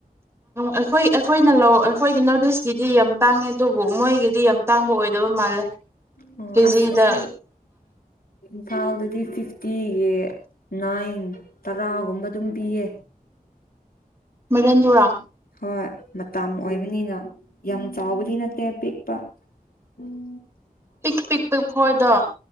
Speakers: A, on the right; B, on the left.
A: ꯑꯩꯈꯣꯏ ꯑꯩꯈꯣꯏꯅ ꯂꯧ ꯑꯩꯈꯣꯏꯒꯤ ꯅꯣꯔꯠ ꯏꯁꯀꯤꯗꯤ ꯌꯥꯝ ꯇꯥꯡꯉꯦ ꯑꯗꯨꯕꯨ ꯃꯣꯏꯒꯤꯗꯤ ꯌꯥꯝ ꯇꯥꯡꯕ ꯑꯣꯏꯗꯕ ꯃꯥꯜꯂꯦ
B: ꯑꯣ
A: ꯀꯦꯖꯤꯗ
B: ꯑꯁ ꯑꯁꯤ ꯏꯝꯐꯥꯜꯗꯗꯤ ꯐꯤꯐꯇꯤꯒꯤ ꯅꯥꯏꯟ ꯇꯔꯥꯒꯨꯝꯕ ꯑꯗꯨꯝ ꯄꯤꯌꯦ
A: ꯃꯔꯟ‌ ꯗꯨꯔꯥ
B: ꯍꯣꯏ ꯃꯇꯝ ꯑꯣꯏꯕꯅꯤꯅ ꯌꯥꯝ ꯆꯥꯎꯕꯗꯤ ꯅꯠ ꯇꯦ ꯄꯤꯛꯄ ꯎꯝ
A: ꯄꯤꯛ ꯄꯤꯛ ꯄꯤꯛ ꯍꯣꯏꯗꫭ